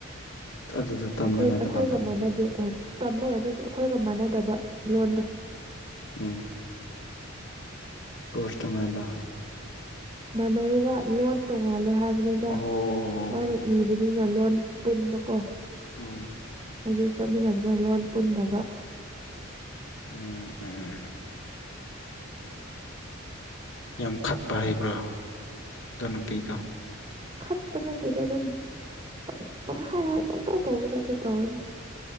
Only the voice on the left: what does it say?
ꯑꯗꯨꯗꯣ ꯇꯝꯕ
ꯅꯠꯇꯕ
ꯎꯝ ꯀꯣꯁꯇꯉꯥꯏꯕ
ꯑꯣ
ꯎꯝ
ꯎꯝ ꯎꯝ ꯌꯥꯝ ꯈꯠꯄ ꯍꯩꯕ꯭ꯔꯥ ꯑꯅꯄꯤꯗꯣ